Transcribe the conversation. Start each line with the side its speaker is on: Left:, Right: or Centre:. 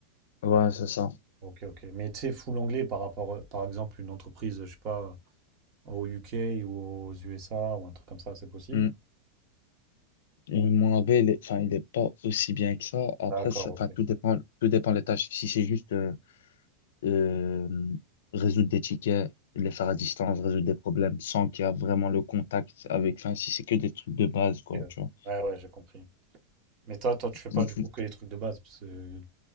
Left: ouais, c'est ça.
Right: Ok, ok. Mais tu sais, full anglais par rapport, euh, par exemple, une entreprise, je sais pas, au UK ou aux USA ou un truc comme ça, c'est possible?
Left: Mm. Et mon anglais, il est, enfin, il est pas aussi bien que ça. Après,
Right: D'accord,
Left: ça-
Right: ok.
Left: enfin, tout dépend, tout dépend des tâches. Si c'est juste euh, euh, résoudre des tickets, les faire à distance, résoudre des problèmes sans qu'il y a vraiment le contact avec, enfin, si c'est que des trucs de base,
Right: Ok,
Left: quoi,
Right: Ouais,
Left: tu vois.
Right: ouais, ouais, j'ai compris. Mais toi, toi, tu fais pas
Left: Mm,
Right: du coup
Left: mm.
Right: que les trucs de base, parce que...